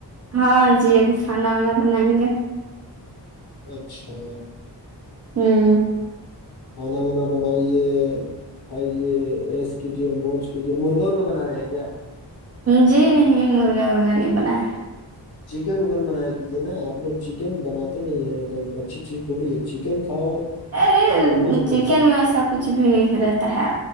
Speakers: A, on the right; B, on the left.
A: ہاں جی ابھی کھانا وانا بنائیں گے
B: اچھا
A: ہوں
B: کھانا وانا بنائیے کھائیے ایس کیجیے موج مرغا ورگا بنا رہے ہیں کیا
A: جی نہیں مرغا ورغا نہیں بنایا
B: چکن وکن بنا کیجیے نا آپ لوگ چکن بنات نہیں ہے ایک دم اچھی چیز تھوڑی ہے چکن کھاؤ
A: ارے
B: اور مست
A: چکن
B: رہو
A: میں ایسا کچھ بھی نہیں رہتا ہے